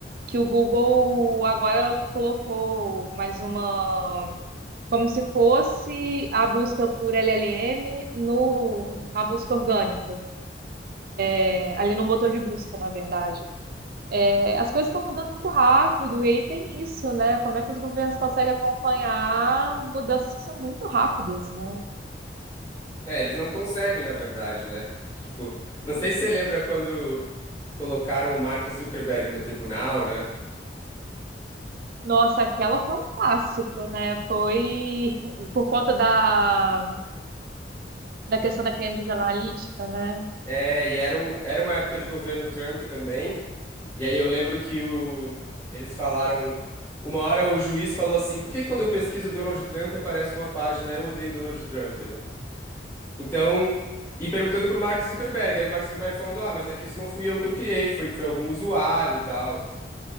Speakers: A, on the right (about 55°); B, on the left (about 15°).
A: que o Google agora colocou mais uma, como se fosse a busca por LLM no, na busca orgânica, é, ali no motor de busca, na verdade. É, as coisas estão mudando muito rápido, e aí tem isso, né? Como é que os governos conseguem acompanhar mudanças que são muito rápidas, né?
B: É, eles não conseguem, na verdade, né? Tipo, não sei se você lembra quando colocaram o Mark Zuckerberg no tribunal, né?
A: Nossa, aquela foi um clássico, né? Foi <laughs> por conta da, da questão da Cambridge Analytica, né?
B: É, e era, um, era uma época de governo Trump também. E aí eu lembro que o, eles falaram. Uma hora o juiz falou assim: por que que quando eu pesquiso Donald Trump aparece uma página Eu odeio Donald Trump, né? Então, e perguntando pro Mark Zuckerberg, aí o Mark Zuckerberg falando, ah, mas é que isso não fui eu que eu criei, foi, foi algum usuário e tal.